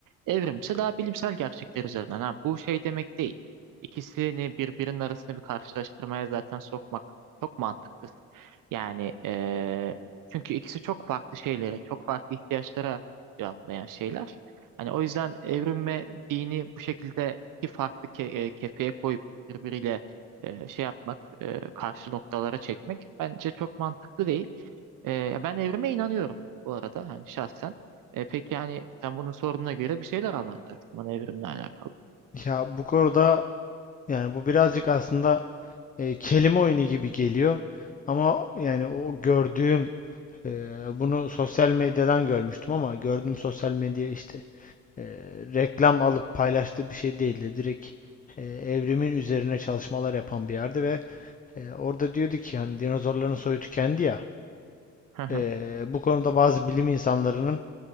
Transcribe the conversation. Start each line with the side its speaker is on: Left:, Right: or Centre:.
Right: Evrimse daha bilimsel gerçekler üzerinden. Ha, bu şey demek değil. İkisini birbirinin arasında bir karşılaştırmaya zaten sokmak çok mantıksız. Yani eee, çünkü ikisi çok farklı şeylere, çok farklı ihtiyaçlara cevaplayan şeyler. Hani o yüzden evrim ve dini bu şekilde iki farklı ke e, kefeye koyup birbiriyle e, şey yapmak, e, karşı noktalara çekmek bence çok mantıklı değil. Ee, ya ben evrime inanıyorum bu arada hani şahsen. Ee, peki yani sen bunun sorununa göre bir şeyler anlatacaksın bana evrimle alakalı.
Left: Ya bu konuda yani bu birazcık aslında e, kelime oyunu gibi geliyor. Ama yani o gördüğüm e, bunu sosyal medyadan görmüştüm ama gördüğüm sosyal medya işte e, reklam alıp paylaştığı bir şey değildi. Direkt e, evrimin üzerine çalışmalar yapan bir yerdi ve e, orada diyordu ki hani dinozorların soyu tükendi ya.
Right: Hı hı.
Left: e, bu konuda bazı bilim insanlarının